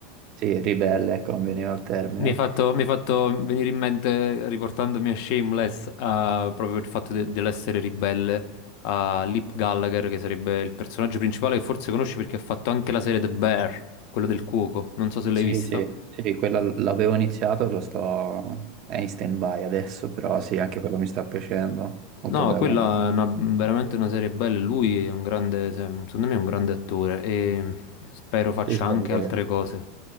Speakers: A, on the right; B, on the left.
A: sì, ribelle, ecco, non veniva il termine.
B: Mi hai fatto, mi hai fatto venire in mente, riportandomi a Shameless, a- proprio il fatto de- dell'essere ribelle, a Lip Gallagher, che sarebbe il personaggio principale che forse conosci perché ha fatto anche la serie The Bear, quella del cuoco. Non so se l'hai
A: Sì,
B: vista.
A: sì, sì, quella l- l'avevo iniziato, lo sto, è in stand-by adesso, però sì, anche quello mi sta piacendo, molto
B: No,
A: bello.
B: quella è una- veramente una serie bella. Lui è un grande, se- secondo me è un grande attore e spero faccia
A: Sì, sì,
B: anche
A: è vero.
B: altre cose.